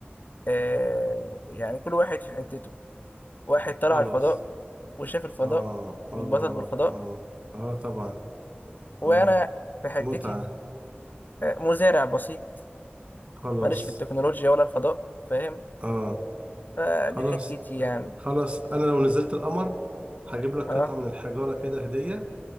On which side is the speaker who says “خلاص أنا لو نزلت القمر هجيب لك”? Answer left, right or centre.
Right